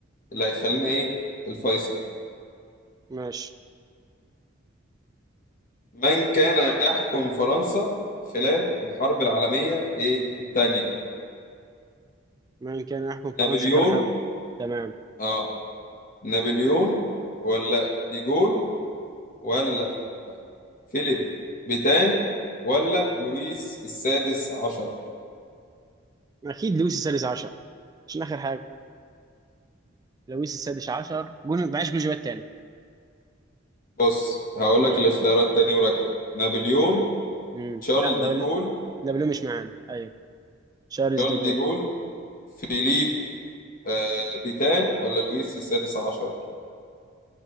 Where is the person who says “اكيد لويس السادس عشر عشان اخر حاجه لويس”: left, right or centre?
Right